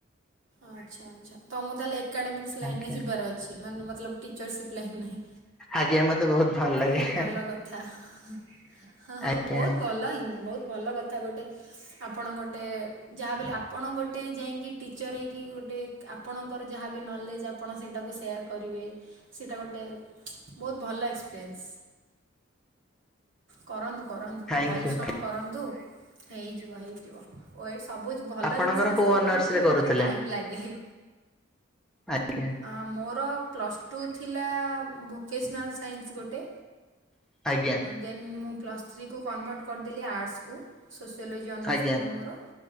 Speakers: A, on the right; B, in the centre.
A: ଆଚ୍ଛା ଆଚ୍ଛା ତମକୁ ତାହେଲେ ଏକାଡେମିକ୍ସ ଲାଇନ୍
B: ଆଜ୍ଞା
A: ରେ ଯିବାର ଅଛି ମାନେ ମତଲବ ଟିଚରସିପ୍ ଲାଇନ୍ ରେ।
B: ଆଜ୍ଞା ମତେ ବହୁତ। ଭଲ ଲାଗେ
A: ବହୁତ ଭଲ କଥା ହ ହଁ
B: ଆଜ୍ଞା।
A: ବହୁତ ଭଲ ବହୁତ। ଭଲ କଥା ଗୋଟେ। ଆପଣ ଗୋଟେ ଯାହାବି ହେଲେ ଆପଣ ଗୋଟେ ଯାଇକି ଟିଚର୍ ହେଇକି ଗୋଟେ। ଆପଣଙ୍କର ଯାହାବି ନଲେଜ୍ ଆପଣ ସେଇଟାକୁ ସେୟାର୍ କରିବେ। ସେଇଟା ଗୋଟେ ବହୁତ ଭଲ ଏକ୍ସ। ପ୍ରେନ୍ସ କରନ୍ତୁ କରନ୍ତୁ ଟିକେ
B: ଥ୍ୟାଙ୍କୟୁ
A: ପରିଶ୍ରମ। କରନ୍ତୁ ହେଇଯିବ ହେଇଯିବ। ଓ ଏଟ୍ ସବୁ ଭଲ
B: ଆପଣଙ୍କର
A: ଜିନିଷ ଆସିବା
B: କୋଉ ଅନର୍ସ
A: ପାଇଁ
B: ରେ କରୁଥିଲେ
A: ମାନେ ଟାଇମ ଲାଗେ।
B: ଆଜ୍ଞା।
A: ଅଁ ମୋର ପ୍ଲସ୍। ଟୁ ଥିଲା ଭୋକେସନାଲ୍ ସାଇନ୍ସ ଗୋଟେ।
B: ଆଜ୍ଞା
A: ଦେନ୍ ମୁଁ ପ୍ଲସ୍ ଥ୍ରୀକୁ କନଭର୍ଟ କରିଦେଲି ଆର୍ଟସ୍ କୁ। ସୋସିଓଲୋଜି ଅନର୍ସ
B: ଆଜ୍ଞା
A: ଥିଲା ମୋର